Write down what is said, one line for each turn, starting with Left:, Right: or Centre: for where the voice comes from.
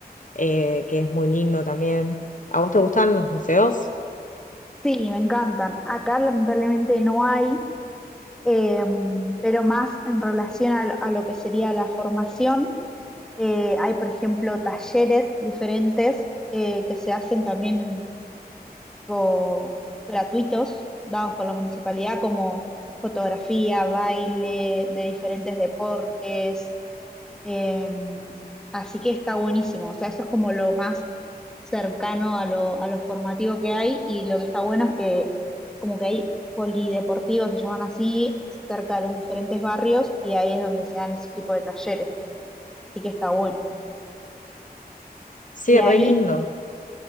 Left: eh, que es muy lindo también. ¿A vos te gustan los museos?
Centre: sí, me encantan. Acá lamentablemente no hay, eh, pero más en relación a, lo a lo que sería la formación. eh, hay, por ejemplo, talleres diferentes eh, que se hacen también o gratuitos dados por la municipalidad, como fotografía, baile, de diferentes deportes. eh, así que está buenísimo. O sea, eso es como lo más cercano a lo, a lo formativo que hay. Y lo que está bueno es que como que hay polideportivos, se llaman así, cerca de los diferentes barrios, y ahí es donde se dan ese tipo de talleres. Así que está bueno.
Left: Sí,
Centre: Y ahí
Left: re lindo.